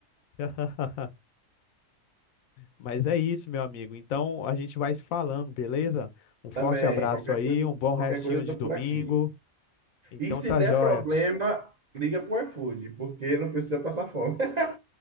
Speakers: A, on the left; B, on the right.
A: <laughs> Mas é isso, meu amigo. Então a gente vai se falando, beleza?
B: <laughs>
A: Um forte
B: Também,
A: abraço
B: qualquer
A: aí,
B: coisa,
A: um bom
B: qualquer
A: restinho
B: coisa eu
A: de
B: tô
A: domingo.
B: por aqui.
A: Então
B: E se
A: tá
B: der
A: joia.
B: problema, liga pro iFood, porque não precisa passar fome. <laughs>